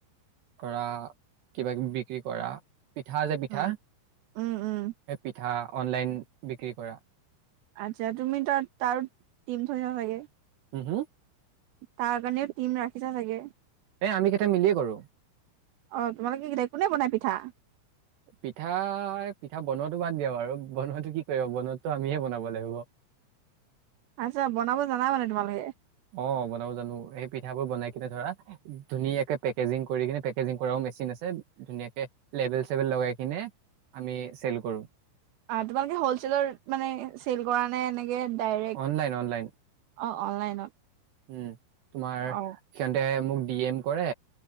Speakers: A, on the right; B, on the right.
A: কৰা কিবা কিবি বিক্ৰী কৰা। পিঠা যে পিঠা,
B: উম উম উম।
A: সেই পিঠা অনলাইন বিক্ৰী কৰা।
B: আচ্ছা, তুমি তাত তাৰো টিম থৈছা চাগে?
A: উম হুম!
B: তাৰ কাৰণেও টিম ৰাখিছা চাগে।
A: এই আমি কেইটাই মিলিয়ে কৰোঁ।
B: অ তোমালোকে কি কি কোনে বনাই পিঠা?
A: পিঠা পিঠা বনোৱাটো বাদ দিয়া বাৰু বনোৱাটো কি কৰিবা বনোৱাটো আমিহে বনাব লাগিব। <unintelligible>
B: আচ্ছা, বনাব জানা মানে তোমালোকে?
A: অ বনাব জানো, সেই পিঠাবোৰ বনাই কিনে ধৰা ধুনীয়াকে পেকেজিং কৰি কিনে পেকেজিং কৰাও মেচিন আছে, ধুনীয়াকে লেবেল চেবেল লগাইকিনে আমি চেল কৰো।
B: অ তোমালোকে হলচেলত মানে চেল কৰা নে ডাইৰেক
A: অনলাইন অনলাইন
B: অ অনলাইনত।
A: উম তোমাৰ
B: অ
A: সিহঁতে মোক ডি এম কৰে,